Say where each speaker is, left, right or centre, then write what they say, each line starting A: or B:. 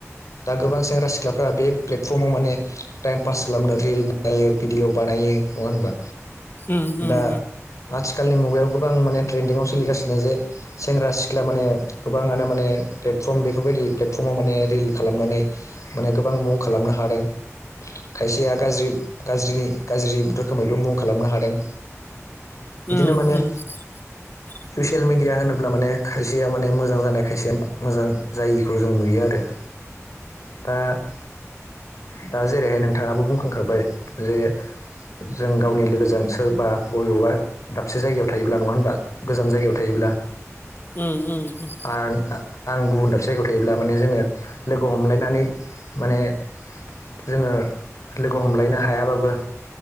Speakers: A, on the left; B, on the left.
A: दा गोबां सेंग्रा सिख्लाफ्रा बे प्लेटफर्माव माने टाइम पास खालामनो रिल बानायो भिडिअ बानायो। नङा होनबा?
B: उम उम
A: दा आथिखालनि मुगायाव गोबां माने ट्रेन्दिंआव सोलिगासिनो जे सेंग्रा सिख्लाया माने गोबाङानो माने प्लेटफर्म बेफोरबायदि प्लेटफर्माव माने रिल खालामनानै माने गोबां मुं खालामनो हादों खायसेया गाज्रि गाज्रिनि गाज्रि रोखोमैबो मुं खालामनो हादों। बिदिनो
B: उम
A: माने
B: <inaudible>
A: ससियेल मिडिया होनोब्ला माने खायसेया माने मोजां जानाय खायसेया मोजां जायिखौ जों नुयो आरो। दा-दा जेरैहाय नोंथाङाबो बुंखांखाबाय जे जों गावनि लोगोजों सोरबा बबेबा दाबसे जायगायाव थायोब्ला नङा होनबा गोजान जायगायाव थायोब्ला
B: उम
A: आं आं गुबुन दाबसे जायगायाव थायोब्ला माने जोङो लोगो हमलायनानै माने जोङो लोगो हमलायनो हायाबाबो